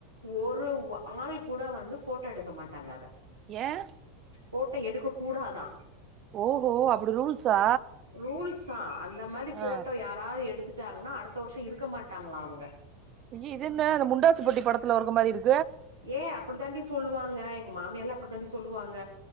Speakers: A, on the right; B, on the right.
A: ஒரு வ ஆள் கூட வந்து போட்டோ எடுக்க மாட்டாங்க அத
B: ஏன்
A: போட்ட எடுக்கக் கூடாதா
B: ஓஹோ அப்டி ரூல்ஸா
A: ரூல்ஸ்ஸா அந்த மாரி
B: ஆ
A: போட்டோ யாராவது எடுத்து ட்டாருனா அடுத்த வருஷம் இருக்க மாட்டாங்களா அவுங்க
B: அய்யோ இது என்ன அந்த முண்டாசுபட்டி படத்துல இருக்க மாரி இருக்
A: ஏ அப்டி தாண்டி சொல்லுவாங்க எங்க மாமியார்லாம் அப்டி தாண்டி சொல்லுவாங்க